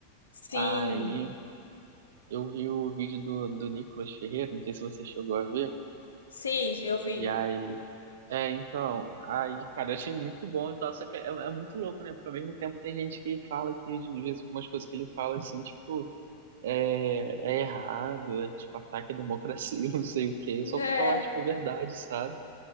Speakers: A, on the left (about 70°); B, on the right (about 55°).
A: Sim,
B: Aí eu vi o vídeo do, do Nicolas Ferreira, não sei se você chegou a ver.
A: sim, eu vi.
B: E aí, é, então, aí, cara, eu achei muito bom e tal, só que é, é muito louco, né? Porque ao mesmo tempo tem gente que fala que, às vezes, umas coisas que ele fala, assim, tipo. é, é errado, é tipo ataque à democracia, <laughs> não sei o quê, só
A: É,
B: pra falar tipo a verdade, sabe?